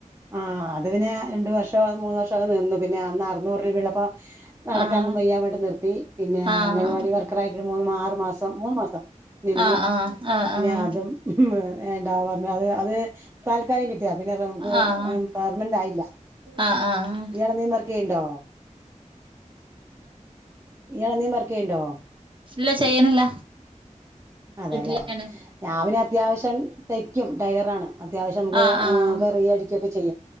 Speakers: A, on the right; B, on the right.
A: <inaudible> ആഹ് അത് പിന്ന രണ്ട വർഷോ മൂന്ന് വർഷോ നിന്നു പിന്നെ അന്ന് അറുന്നൂറ് രൂപ ഉള്ളപ്പോ നടക്കാനും
B: ആഹ് ആഹ്
A: വയ്യവോണ്ട് നിർത്തി പിന്നെ
B: ആഹ്
A: അംഗൻവാടി വർക്കർ ആയിട്ട് ഒരു മൂന്ന് ആറു മാസം മൂന്ന് നിന്നു
B: ആഹ് ആഹ് ആഹ്
A: പിന്നെ അതും എഹ് പറഞ്ഞ അത് അത് <inaudible> കാര്യം കിട്ടിയ പിന്നെ നമുക്ക്
B: ആഹ് ആഹ്
A: പെർമനന്റ് ആയില്ല
B: ആഹ് ആഹ്
A: ഇയാൾ എന്തെങ്കിലും വർക്കെയുണ്ടോ ഇയാൾ എന്തേലും വർക്കെയ്‌ണ്ടോ?
B: ഇല്ല ചെയ്യണില്ല
A: അതെല്ലേ
B: വീട്ടിലാണ്
A: ഞാ പിന്നെ അത്യാവശ്യം തൈക്കും ടൈലറാണ് അത്യാവശ്യം
B: ആഹ്
A: നമുക്ക്
B: ആഹ്
A: <unintelligible> യടിക്കൊക്ക ചെയ്യും